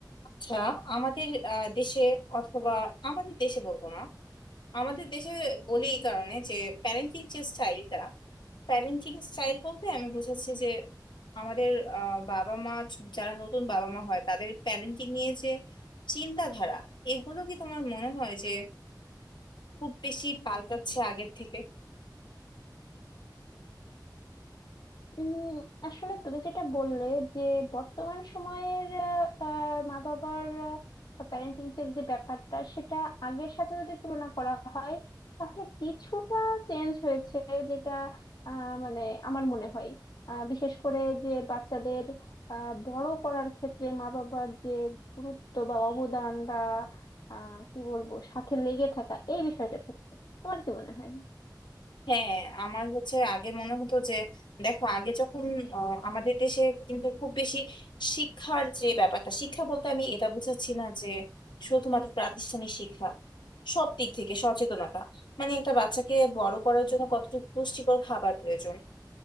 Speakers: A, on the left; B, on the left.
A: আচ্ছা আমাদের আহ, দেশে অথবা আমাদের দেশে বলবো না আমাদের দেশে বলি এই কারণে যে প্যারেন্টিং যে স্টাইলটা প্যারেন্টিং স্টাইল বলতে আমি বুঝাচ্ছি যে আমাদের আহ, বাবা মা যারা নতুন বাবা মা হয় তাদের প্যারেন্টিং নিয়ে যে চিন্তাধারা এগুলো কি তোমার মনে হয় যে খুব বেশি পাল্টাচ্ছে আগের থেকে
B: উম, আসলে তুমি যেটা বললে যে বর্তমান সময়ের আহ, আহ, মা বাবার প্যারেন্টিং এর যে ব্যাপারটা সেটা আগের সাথে যদি তুলনা করা হয় তাহলে কিছুটা চেঞ্জ হয়েছে যেটা আহ, মানে আমার মনে হয় আহ, বিশেষ করে যে বাচ্চাদের আহ, বড় করার ক্ষেত্রে মা বাবার যে গুরুত্ব বা অবদান বা আহ, কি বলবো সাথে লেগে থাকা এই বিষয়টার ক্ষেত্রে তোমার কি মনে হয়
A: হ্যাঁ আমার হচ্ছে আগে মনে হতো যে দেখো আগে যখন আহ, আমাদের দেশে কিন্তু খুব বেশি শিক্ষার যে ব্যাপারটা শিক্ষা বলতে আমি এটা বুঝাচ্ছি না যে শুধুমাত্র প্রাতিষ্ঠানিক শিক্ষা সব দিক থেকে সচেতনতা মানে একটা বাচ্চাকে বড় করার জন্য কতটুকু পুষ্টিকর খাবার প্রয়োজন